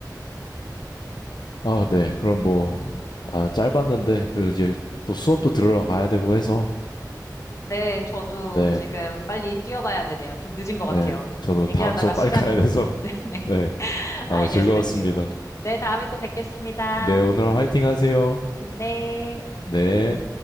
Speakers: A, on the left (about 75°); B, on the left (about 45°).
A: 아, 네. 그럼 뭐 아, 짧았는데 그래도 이제 또 수업도 들으러 가야 되고 해서
B: 네, 저도
A: 네.
B: 지금 빨리 뛰어가야 되네요. 좀 늦은 것 같아요.
A: 네. 저도
B: 얘기하다가
A: 다음 수업
B: 시간이
A: 빨리 가야
B: 높았는데.
A: 돼서
B: <laughs>
A: <laughs>
B: 네.
A: 네. 아,
B: 알겠습니다.
A: 즐거웠습니다.
B: 네, 다음에 또 뵙겠습니다.
A: 네, 오늘 화이팅 하세요.
B: 네.
A: 네.